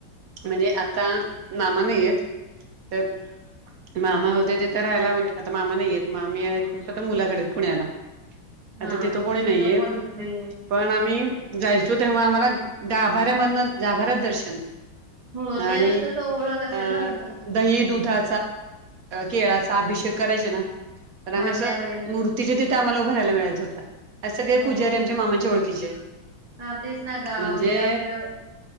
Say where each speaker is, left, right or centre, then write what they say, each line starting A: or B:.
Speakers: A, on the right; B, on the right.
A: म्हणजे आता मामा नाहीयेत तर मामा होते तेथ तर राहायला म्हणजे आता मामा नाहीयेत मामी आहेत मुलाकडेच पुण्याला
B: हा
A: आता कोणी
B: मग
A: नाहीये
B: तिथं कोणीच नाहीे.
A: पण आम्ही जायचो तेव्हा आम्हाला गाभाऱ्यामधन गाभाऱ्यात दर्शन
B: हो ते
A: आणि
B: असं कसं ओळख असेल
A: अ
B: ना तुमची तिथं
A: दही दुधा केळाचा अभिषेक कराय ना
B: हा
A: आम
B: त्या वेळेला
A: तिच्या तिथे आम्हाला उभरायला मिळायचं हों, अस सगळे
B: हो
A: पूजारी आमच्या मामांच्या ओळखीचे
B: हा तेच ना गाव
A: म्हणजे
B: आपलं